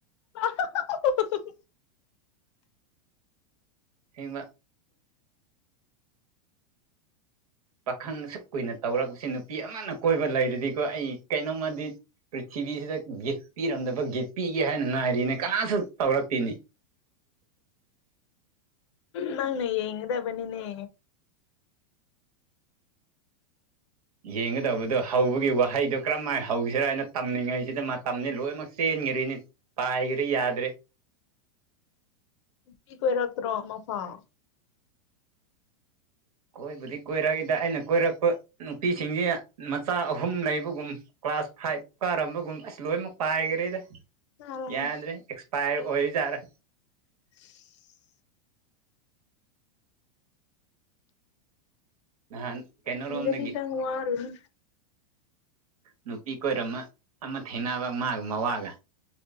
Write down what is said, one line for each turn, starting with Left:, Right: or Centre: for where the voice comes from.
Left: <unintelligible>
Right: ꯍꯩꯃꯥ ꯄꯥꯈꯪ ꯑꯁꯨꯛ ꯀꯨꯏꯅ ꯇꯧꯔꯛꯄꯁꯤ ꯅꯨꯄꯤ ꯑꯃꯅ ꯀꯣꯏꯕ ꯂꯩꯔꯗꯤꯀꯣ ꯑꯩ ꯀꯩꯅꯣꯝꯃꯗꯤ ꯄ꯭ꯔꯤꯊꯤꯕꯤꯁꯤꯗ ꯒꯤꯐ ꯄꯤꯔꯝꯗꯕ ꯒꯤꯐ ꯄꯤꯒꯦ ꯍꯥꯏꯅ ꯉꯥꯏꯔꯤꯅꯦ ꯀꯅꯥꯁꯨ ꯇꯧꯔꯛꯇꯤꯅꯦ
Left: ꯅꯪꯅ ꯌꯦꯡꯒꯗꯕꯅꯤꯅꯦ
Right: ꯌꯦꯡꯒꯗꯧꯕꯗꯣ ꯍꯧꯕꯒꯤ ꯋꯥꯍꯩꯗꯣ ꯀꯔꯝ ꯍꯥꯏ ꯍꯧꯁꯤꯔꯥ ꯍꯥꯏꯅ ꯇꯝꯃꯤꯉꯩꯁꯤꯗ ꯃꯇꯝꯗꯤ ꯂꯣꯏꯅꯃꯛ ꯆꯦꯟꯒꯔꯦꯅꯤ ꯄꯥꯏꯒꯔꯤ ꯌꯥꯗ꯭ꯔꯦ
Left: ꯅꯨꯄꯤ ꯀꯣꯏꯔꯛꯇ꯭ꯔꯣ ꯑꯃꯐꯥꯎ
Right: ꯀꯣꯏꯕꯨꯗꯤ ꯀꯣꯏꯔꯛꯏꯗ ꯑꯩꯅ ꯀꯣꯏꯔꯛꯄ ꯅꯨꯄꯤꯁꯤꯡꯖꯦ ꯃꯆꯥ ꯑꯍꯨꯝ ꯂꯩꯕꯒꯨꯝ ꯀ꯭ꯂꯥꯁ ꯐꯥꯏꯚ ꯀꯥꯔꯝꯕꯒꯨꯝ ꯑꯁ ꯂꯣꯏꯅꯃꯛ ꯄꯥꯏꯒꯔꯦꯗ
Left: ꯆꯥꯔꯦꯍꯦ
Right: ꯌꯥꯗ꯭ꯔꯦ ꯑꯦꯛꯁꯄꯥꯏꯌꯔ ꯑꯣꯏꯔꯤꯖꯥꯠ ꯂꯥ
Left: <unintelligible>
Right: ꯅꯍꯥꯟ ꯀꯩꯅꯣꯔꯣꯝꯗꯒꯤ
Left: ꯐꯪꯒꯅꯤꯗ ꯋꯥꯔꯨꯅꯨ
Right: ꯅꯨꯄꯤ ꯀꯣꯏꯔꯝꯃ ꯑꯃ ꯊꯦꯡꯅꯕ ꯃꯥꯒꯤ ꯃꯋꯥꯒ